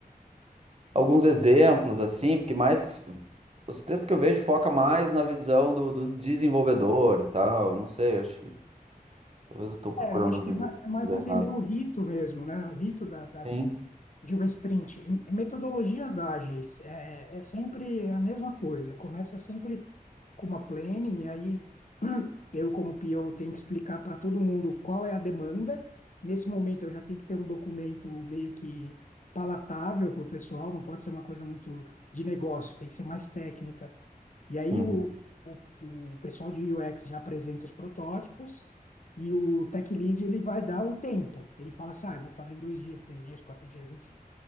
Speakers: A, on the right; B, on the left.
A: alguns exemplos assim, porque mais os textos que eu vejo foca mais na visão do, do desenvolvedor e tal, eu não sei, eu acho que talvez eu estou procurando
B: É, eu acho
A: as
B: que
A: bibliotecas
B: é ma- é mais
A: erradas.
B: entender o rito mesmo, né? O rito da, da
A: Sim.
B: de um sprint. Metodologias ágeis é, é sempre a mesma coisa. Começa sempre com uma planning, e aí <clears throat> eu, como PO, tenho que explicar para todo mundo qual é a demanda. Nesse momento, eu já tenho que ter um documento meio que palatável para o pessoal, não pode ser uma coisa muito de negócio, tem que ser mais técnica. E aí,
A: Uhum.
B: o, o, o pessoal de UX já apresenta os protótipos. E o tech lead, ele vai dar o tempo. Ele fala assim, ah, eu vou fazer em dois dias, três dias, quatro dias, enfim.